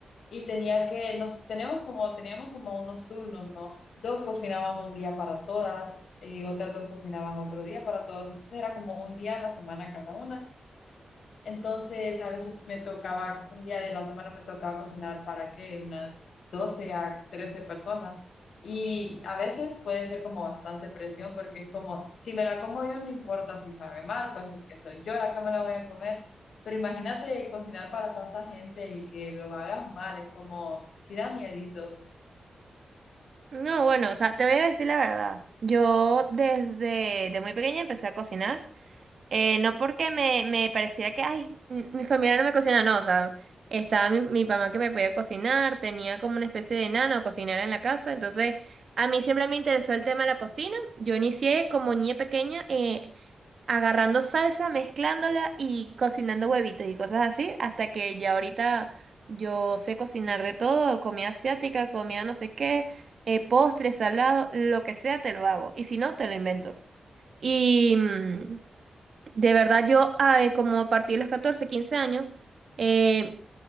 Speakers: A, on the left; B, on the right.
A: y tenía que, nos tenemos como, teníamos como unos turnos, ¿no? Dos cocinaban un día para todas, eh, otras dos cocinaban otro día para todas, entonces era como un día a la semana cada una. Entonces, a veces me tocaba, un día de la semana me tocaba cocinar para qué unas 12 a 13 personas. Y a veces puede ser como bastante presión porque es como, si me la como yo no importa si sabe mal, pues porque soy yo la que me la voy a comer. Pero imagínate cocinar para tanta gente y que lo hagas mal, es como, si da miedito.
B: No, bueno, o sea, te voy a decir la verdad. Yo desde de muy pequeña empecé a cocinar. Eh, no porque me, me pareciera que, ay, m- mi familia no me cocina, no, o sea, estaba mi, mi mamá que me podía cocinar, tenía como una especie de nana o cocinera en la casa, entonces a mí siempre me interesó el tema de la cocina, yo inicié como niña pequeña eh, agarrando salsa, mezclándola y cocinando huevitos y cosas así, hasta que ya ahorita yo sé cocinar de todo, comida asiática, comida no sé qué, eh, postre, salado, lo que sea te lo hago, y si no, te lo invento. Y... mm, de verdad, yo, ah, eh, como a partir de los 14 15 años, eh,